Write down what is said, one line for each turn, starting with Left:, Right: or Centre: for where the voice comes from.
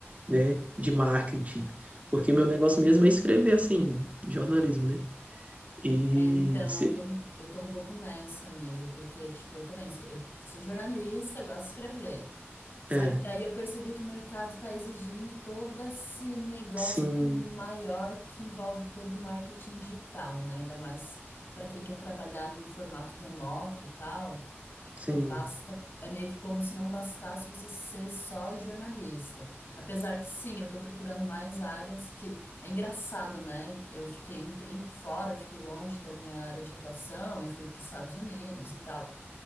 Right: né, de marketing, porque meu negócio mesmo é escrever assim, jornalismo, né? E
Left: É, então,
Right: se-
Left: eu tô, eu tô um pouco nessa, amigo, porque, tipo, eu também sou, eu sou jornalista, eu gosto de escrever. Só
Right: é,
Left: que daí eu percebi que o mercado está exigindo todo esse negócio
Right: sim,
Left: maior que envolve todo o marketing digital, né? Ainda mais para quem quer trabalhar num formato remoto e tal.
Right: sim.
Left: Não basta, é meio que como se não bastasse você ser só jornalista. Apesar que sim, eu estou procurando mais áreas que é engraçado, né? Eu fiquei um tempo fora, eu fiquei longe da minha área de atuação e fui para os Estados Unidos e tal.